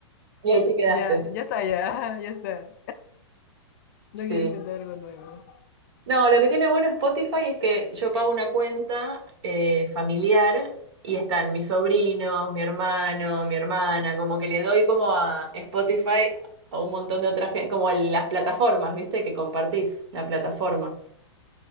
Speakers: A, on the right; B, on the left.
A: y ahí te quedaste.
B: Ya, ya está, ya, ya está. No
A: Sí.
B: quiero intentar algo nuevo.
A: No, lo que tiene bueno Spotify es que yo pago una cuenta eh, familiar y están mis sobrinos, mi hermano, mi hermana, como que le doy como a Spotify a un montón de otras, gen- como el- las plataformas, ¿viste? Que compartís la plataforma.